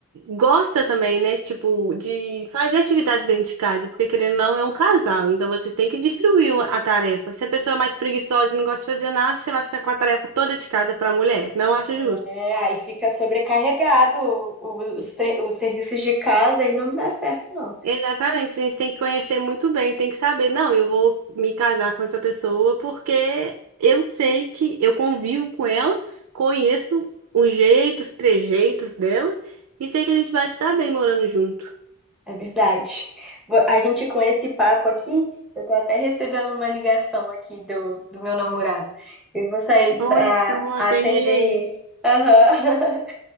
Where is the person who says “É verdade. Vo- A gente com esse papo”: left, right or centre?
Centre